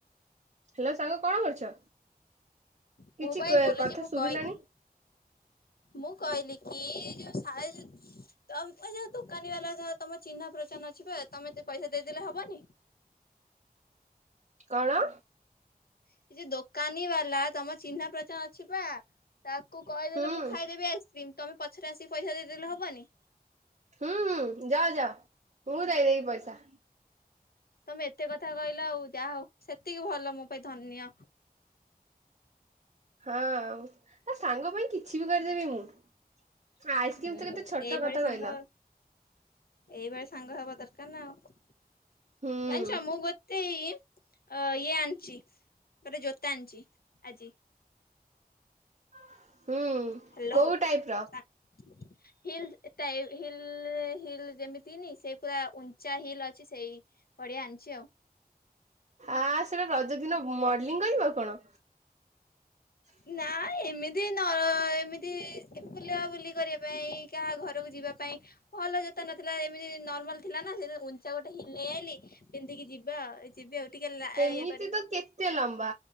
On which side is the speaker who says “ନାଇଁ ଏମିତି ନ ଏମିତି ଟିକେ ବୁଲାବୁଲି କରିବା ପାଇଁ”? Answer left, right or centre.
Left